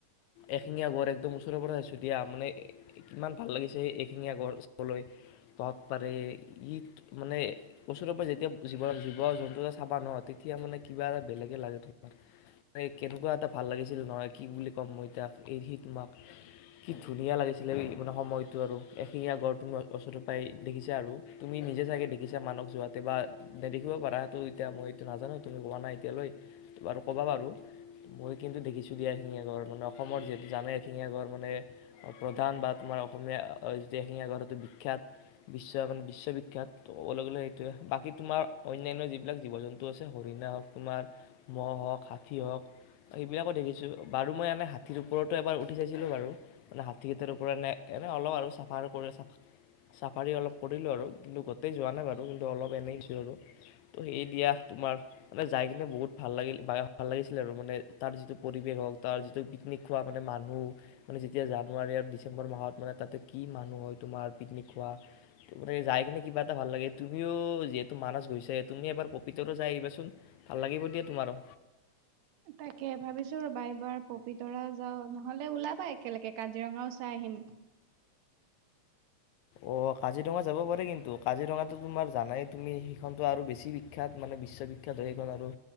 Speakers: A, on the left (about 80°); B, on the right (about 75°).
A: এশিঙীয়া গঁড় একদম ওচৰৰ পৰা আহিছোঁ দিয়া মানে কিমান ভাল লাগিছে সেই এশিঙীয়া গঁড় চাবলৈ পাব পাৰে। মানে ওচৰৰ পৰাই যেতিয়া জীৱ জীৱ জন্তু এটা চাবা ন তেতিয়া মানে কিবা এটা বেলেগে লাগে তোমাৰ কেনেকুৱা এটা ভাল লাগিছিল নহয় কি বুলি ক'ম মই এতিয়া এই সি তোমাক কি ধুনীয়া লাগিছিলে মানে সময়টো আৰু এখিঙীয়া গড় তুমি ওচৰৰ পৰাই দেখিছা আৰু তুমি নিজে চাগে দেখিছা মানস যোৱাতে বা নেদেখিব পাৰাটো এতিয়া মই এইটো নাজানো তুমি কোৱা নাই এতিয়ালৈ বাৰু ক'বা পাৰু মই কিন্তু দেখিছোঁ দিয়া এশিঙীয়া গঁড়ৰ মানে অসমৰ যিহেতু জানে এশিঙীয়া গঁড়ৰ মানে প্ৰধান বা তোমাৰ অসমীয়া যি এশিঙীয়া গঁড়ৰ সেইটো বিখ্যাত বিশ্ব মানে উচ্চবিখ্যাত ক'বলৈ গ'লে সেইটোৱে বাকী তোমাৰ অন্যান্য যিবিলাক জীৱ জন্তু আছে হৰিণা হওক তোমাৰ মহ হওক হাতী হওক সেইবিলাকো দেখিছোঁ বাৰু মই এনে হাতীৰ ওপৰতো এবাৰ উঠি চাইছিলোঁ বাৰু মানে হাতীকেইটাৰ ওপৰতনে এনেই অলপ আৰু চাফাৰ কৰি চাফ চাফাৰী অলপ কৰিলোঁ। আৰু কিন্তু গোটেই যোৱা নাই বাৰু কিন্তু অলপ এনেই আৰু তো সেইদিয়া তোমাৰ মানে যাই কিনে বহুত ভাল লাগিল ভাল লাগিছিলে আৰু মানে তাৰ যিটো পৰিৱেশ হওক তাৰ যিটো পিকনিক খোৱা মানে মানুহ মানে যেতিয়া জানুৱাৰী আৰু ডিচেম্বৰ মাহত মানে তাতে কি মানুহ হয় তোমাৰ পিকনিক খোৱা মানে কিবা এটা ভাল লাগে তুমিও যিহেতু মানস গৈছা তুমি এবাৰ পবিতৰা যাই আহিবাচোন ভাল লাগিব দিয়া তোমাৰো।
B: তাকে ভাবিছো। চল ৰবাইবাৰ পপিতৰা যাও নহ'লে ওলা বৈ একেলগে কাজিৰঙাও চাই আহিম।
A: অ, কাজিৰঙা যাব পাৰি কিন্তু কাজিৰঙাটো তোমাৰ জানাই তুমি সেইখনতো আৰু বেছি বিখ্যাত মানে বিশ্ববিখ্যাত হয়। সেইখন আৰু